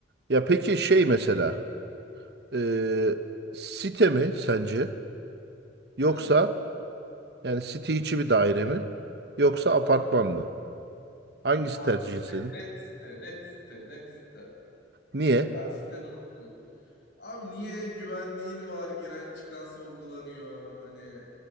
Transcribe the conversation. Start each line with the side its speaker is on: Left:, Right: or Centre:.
Right: Ya peki şey
Left: He,
Right: mesela e, site mi sence yoksa
Left: Evet.
Right: yani site içi bir daire mi yoksa apartman
Left: Aha.
Right: mı? Hangisi
Left: Abi
Right: tercihin
Left: site.
Right: senin?
Left: Net site. Net site. Net site.
Right: Niye?
Left: Ben sitede oturuyorum. Abi niye güvenliğin var? Giren çıkan sorgulanıyor. Hani